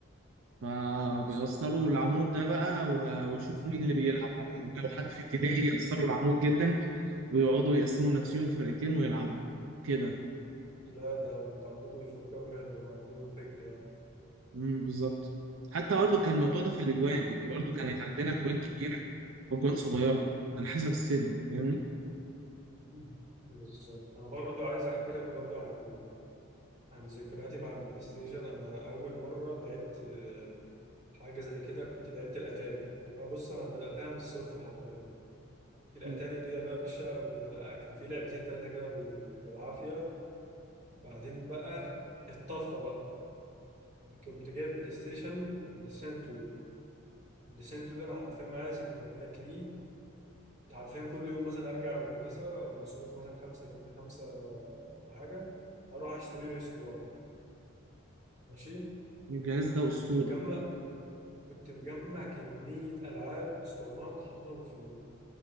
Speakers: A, on the right; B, on the right.
A: فبيأثروا
B: بالظبط
A: العمود ده بقى و- ويشوفوا مين اللي بيلعب بقى يعني لو حد في ابتدائي يأثروا العمود جدا ويقعدوا يقسموا نفسهم فرقتين ويلعبوا كده
B: لا ده انتوا عندكم بيفكروا حلو اه، عندهم فكر يعني
A: امم بالظبط حتى برضه كان الموضوع ده في الأجوان يعني برضه كانت عندنا أجوان كبيرة وأجوان صغيرة على حسب السن فاهمني
B: مم. بالظبط انا برضو عايز احكي لك برضو عن عن ذكرياتي مع البلاي ستيشن انا اول مرة لعبت اه، حاجة زي كده كنت لعبت الاتاري يعني انا بص انا بدأتها من الصفر حرفيا الاتاري
A: مم.
B: دي يا باشا وكنا كان في لعبتين ثلاثه كده بال- بالعافيه بعدين بقى الطفره بقى كنت جايب بلاي ستيشن بلاي ستيشن 2 بلاي ستيشن 2 ده انا حرفيا معايا ذكريات ليه كنت حرفيا كل يوم مثلا ارجع من المدرسه مصروف مثلا 5 جنيه 5 ولا ولا حاجه اروح اشتري لي اسطوانه ماشي
A: الجهاز ده
B: فكنت
A: أسطورة
B: مجمع كنت مجمع كميه العاب اسطوانات حاططهم في